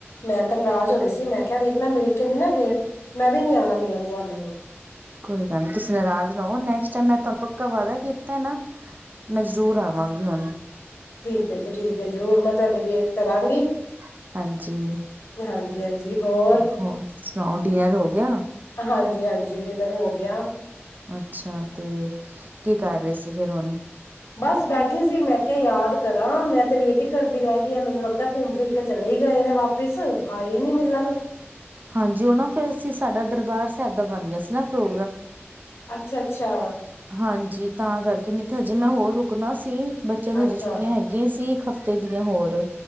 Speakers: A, on the left; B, on the right.
A: ਮੈਂ ਤੇ ਨਾਰਜ਼ ਹੋ ਰਹੀ ਸੀ ਮੈਂ ਕਿਹਾ ਵੇਖਣਾ ਮਿਲ ਕੇ ਨੀ ਨਾ ਗਏ ਮੈਂ ਵੀ ਨੀ ਆਣਾ ਮਿਲਣ ਤੁਹਾਨੂੰ ਹੁਣ
B: ਕੋਈ ਗੱਲ ਨੀ ਤੁਸੀਂ ਨਰਾਜ ਨਾ ਹੋ ਨੈ ਕਸਟ ਮੈਂ ਤੁਹਾਨੂੰ ਪੱਕਾ ਵਾਅਦਾ ਕੀਤਾ ਨਾ ਮੈਂ ਜ਼ਰੂਰ ਆਵਾਂਗੀ ਹੁਣ।
A: ਠੀਕ ਐ, ਜੀ ਠੀਕ ਐ ਜ਼ਰੂਰ ਮੈਂ ਤੁਹਾਡੀ ਵੇਟ ਕਰਾਂਗੀ
B: ਹਾਂਜੀ-ਹਾਂਜੀ
A: ਹਾਂਜੀ। ਹਾਂਜੀ ਹੋਰ
B: ਹੋਰ ਸੁਣਾਓ ਡਿਨਰ ਹੋ ਗਿਆ?
A: ਹਾਂਜੀ, ਹਾਂਜੀ ਡਿਨਰ ਹੋ ਗਿਆ।
B: ਅੱਛਾ ਤੇ ਕੀ ਕਰ ਰਹੇ ਸੀ ਫਿਰ ਹੁਣ
A: ਬਸ ਬੈਠੇ ਸੀ ਮੈਂ ਕਿਹਾ ਯਾਦ ਕਰਾਂ ਮੈਂ ਤੇ ਵੇਟ ਹੀ ਕਰਦੀ ਰਹਿ ਗਈ ਆ ਮੈਨੂੰ ਲੱਗਦਾ ਘੁੰਮ ਫਿਰ ਕੇ ਚਲੇ <unintelligible> ਆਏ ਹੀ ਨੀ ਮਿਲਣ
B: ਹਾਂਜੀ, ਉਹ ਨਾ ਫਿਰ ਅਸੀਂ ਸਾਡਾ ਦਰਬਾਰ ਏਦਾਂ ਬਣ ਗਿਆ ਸੀ ਨਾ ਪ੍ਰੋ
A: ਅੱਛਾ, ਅੱਛਾ।
B: ਹਾਂਜੀ, ਤਾਂ ਕਰਕੇ ਨਹੀਂ ਤੇ ਹਜੇ ਮੈਂ ਹੋਰ ਰੁਕਣਾ ਸੀ। ਬੱਚਿਆਂ ਦੇ
A: ਅੱਛਾ
B: ਹਜੇ ਛੁੱਟੀਆਂ ਹੈਗੀਆਂ ਈ ਸੀ ਇੱਕ ਹਫ਼ਤੇ ਦੀਆਂ ਹੋਰ।